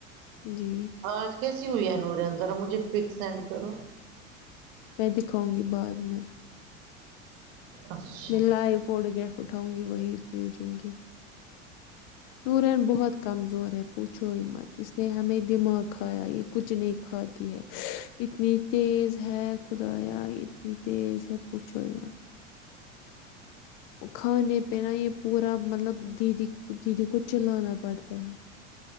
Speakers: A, on the left; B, on the right.
A: جی
B: آج کیسی ہوئی ہے نورین زرا مجھے پک سینڈ کرو
A: میں دکھاؤں گی بعد میں
B: اچھا
A: میں لائیو فوٹو گراف اٹھاؤں گی وہی بھیجوں گی نورین بہت کمزور ہے پوچھو ہی مت اس نے ہمیں دماغ کھایا یہ کچھ نہیں کھاتی ہے اتنی تیز ہے خدایا اتنی تیز ہے پوچھوئی مت کھانے پینا یہ پورا مطلب دیدی دیدی کو چلانا پڑتا ہے